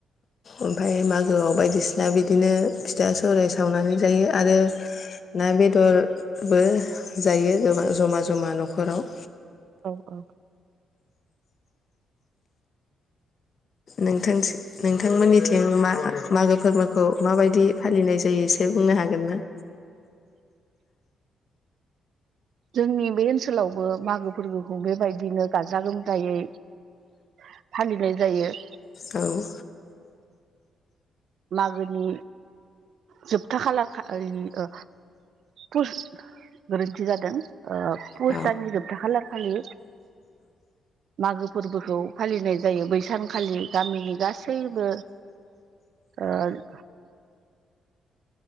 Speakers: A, on the left; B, on the right.
A: ओमफ्राय मागोआव बायदिसिना बिदिनो फिथा सौराइ सावनानै जायो आरो। ना बेदरबो जायो गोबां जमा जमा न'खराव
B: औ औ
A: नोंथां नोंथांमोननिथिं मा मागो फोरबोखौ माबायदि फालिनाय जायो एसे। बुंनो हागोन ना
B: जोंनि बे ओनसोलावबो मागो फोरबोखौ बेबायदिनो गाजा गोमजा। दायै फालिनाय जायो
A: औ।
B: मागोनि जोबथा खालार खालि ओ। गोरोन्थि जादों। ओ पुस
A: औ
B: दाननि जोबथा खालारखालि मागो फोरबोखौ फालिनाय जायो बैसानखालि गामिनि गासैबो। आरो